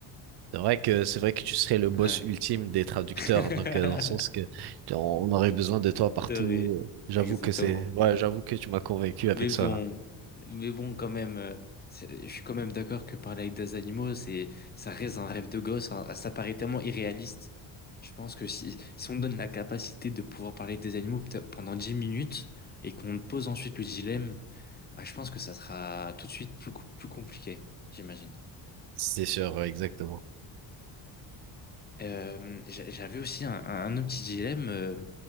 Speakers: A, on the right; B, on the left.
A: C'est vrai que c'est vrai que tu serais le boss
B: Ouais.
A: ultime des traducteurs,
B: <laughs>
A: donc euh, dans le sens que tu- on aurait besoin de toi partout.
B: C'est vrai.
A: J'avoue
B: Exactement.
A: que c'est, ouais, j'avoue que tu m'as convaincu
B: Mais
A: avec
B: bon,
A: ça là.
B: mais bon, quand même, euh, c'est- je suis quand même d'accord que parler avec des animaux, c'est, ça reste un rêve de gosse. hein. ça paraît tellement irréaliste. Je pense que si, si on donne la capacité de pouvoir parler avec des animaux peut-être pendant 10 minutes et qu'on pose ensuite le dilemme, bah, je pense que ça sera tout de suite plus, co- plus compliqué, j'imagine.
A: C'est sûr, ouais, exactement.
B: Euh, j'a- j'avais aussi un, un, un autre petit dilemme, euh,